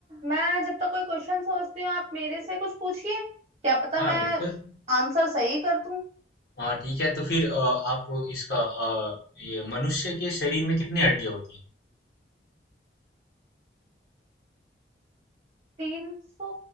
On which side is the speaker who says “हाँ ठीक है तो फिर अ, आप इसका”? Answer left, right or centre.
Left